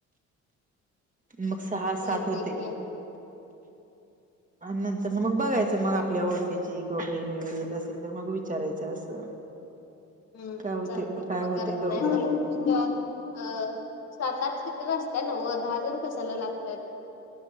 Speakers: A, on the right; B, on the left.
A: मग सहा
B: चालतय
A: सात होते
B: की
A: नंतर ना मग बघायचं मग आपल्या ओळखीची किंवा बहीण वगैरे येत असेल तर मग विचारायचं असं
B: हम्म
A: काय होते
B: चालते कि
A: काय
B: मग
A: होते
B: गरज
A: बघूया
B: नाही म्ह अ अ सात आठ सीटर असत्या न दहा जण कसाला लागतात